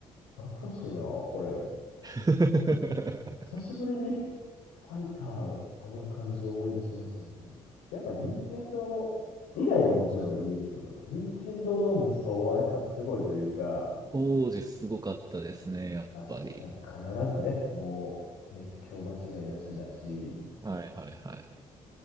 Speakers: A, on the left; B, on the right.
A: 懐かしいな、これ。
B: <laughs>
A: 久しぶりに <laughs> ファイター、あの感じを思い出しましたけど、やっぱ任天堂以外ももちろんいいですけど、任天堂の無双はやっぱすごいというか、
B: 当時すごかったですね、やっぱり。
A: まあ、し必ずね、もう熱狂間違いなしだし、
B: はいはいはいはい。